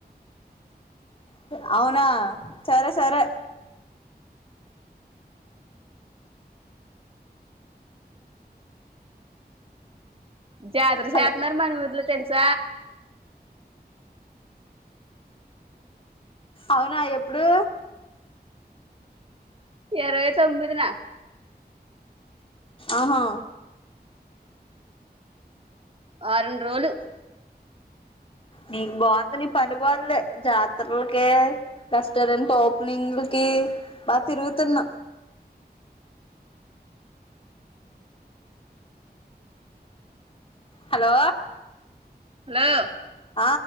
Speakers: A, on the left; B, on the right.
A: హు అవునా సరే సరే
B: జాతర
A: హలో
B: చేతన్నారు మన ఊర్లో తెలు స
A: అవునా ఎప్పుడు
B: ఎరవై తొమ్మిది నా
A: ఆహా
B: వారం రోజులు
A: నీకు బాగుంది నీ పని బాగుంది జాతరలకి రెస్టారెంట్ ఓపెనింగ్లకి బా తిరుగుతున్నా హలో
B: హలో
A: ఆ